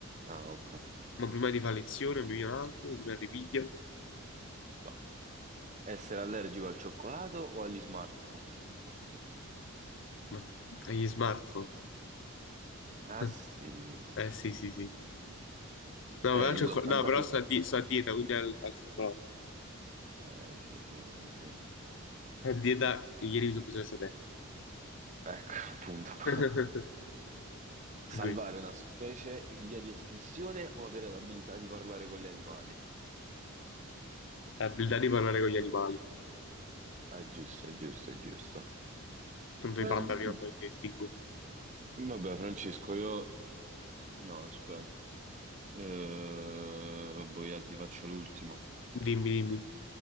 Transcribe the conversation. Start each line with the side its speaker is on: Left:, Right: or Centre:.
Right: Ah, ok.
Left: ma prima di fare lezione bevi un altro, si perde piglia,
Right: Ci sta. Essere allergico al cioccolato o agli smartphone? <laughs>
Left: ma agli smartphone.
Right: Ah,
Left: <laughs>
Right: sì.
Left: Eh sì, sì, sì. sì. No,
Right: Ok,
Left: però, al
Right: l'80...
Left: cioccol- no, però sto a, di- sto a dieta, quindi al, al cioccolato.
Right: Eh, sì, sì, sì, sì.
Left: A dieta, ieri mi sono preso questa te.
Right: Ecco, appunto. <laughs>
Left: <laughs>
Right: Salvare
Left: Quindi,
Right: una specie in via di estinzione o avere l'abilità di parlare con gli animali?
Left: l'abilità di parlare con gli animali.
Right: Ah, è giusto, è giusto, è giusto.
Left: Tanto
Right: Mm.
Left: i panda prima o poi si estingue.
Right: Vabbè, Francesco, io No, aspetta. Eh, vabbè, io ti faccio l'ultimo.
Left: Dimmi, dimmi.